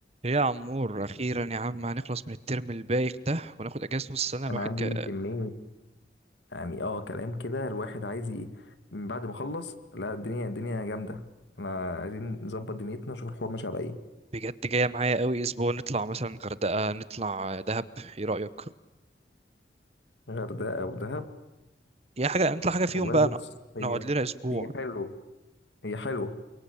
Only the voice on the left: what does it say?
انا عندي
كمية يعني اه كلام كده الواحد عايز ي... من بعد ما اخلص لا الدنيا الدنيا جامدة احنا عايزين نظبط دنيتنا نشوف الحوار ماشي على ايه
غردقة او دهب
والله
بص هي
هي حلوة هي حلوة